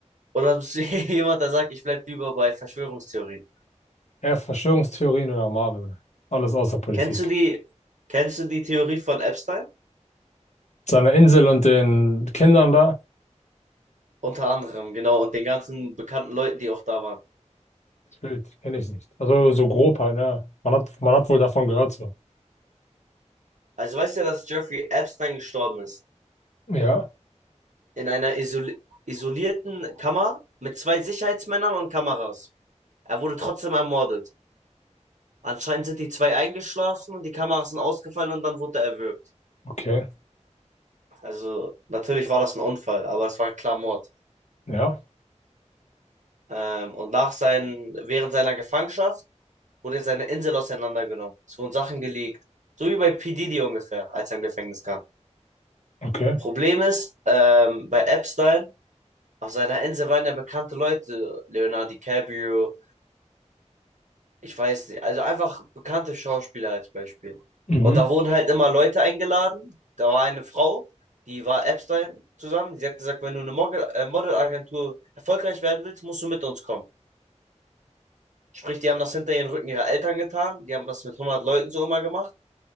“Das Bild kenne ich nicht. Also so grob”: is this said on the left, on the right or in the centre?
Left